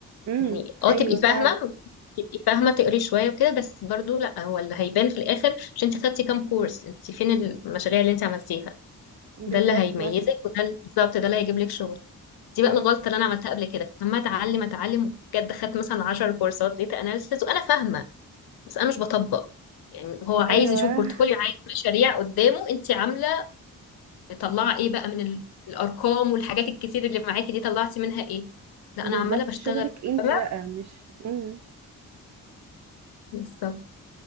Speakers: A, on the right (about 50°); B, on the left (about 75°).
A: امم
B: يعني اه
A: ايوه
B: تبقي
A: فعلا
B: فاهمة تبقي فاهمة تقري شوية وكده بس برضو لا هو اللي هيبان في الاخر مش انت خدتي كام كورس انت فين المشاريع اللي انت عملتيها
A: بالظبط
B: ده اللي هيميزك
A: ماشي
B: وده ال- بالظبط ده اللي هيجيب لك شغل دي بقى
A: امم
B: الغلطة اللي انا عملتها قبل كده كنت عمالة اتعلم اتعلم بجد خدت مثلا 10 كورسات داتا اناليسيس وانا فاهمة بس انا مش بطبق يعني هو عايز
A: ايوه
B: يشوف بورتفوليو عايز مشاريع قدامه انت عامله مطلعه ايه بقى من ال- الارقام والحاجات الكتير اللي معاكي دي طلعتي منها ايه لا
A: بالظبط
B: انا عماله بشتغل
A: شغلك انت
B: تمام
A: بقى مش امم
B: بالظبط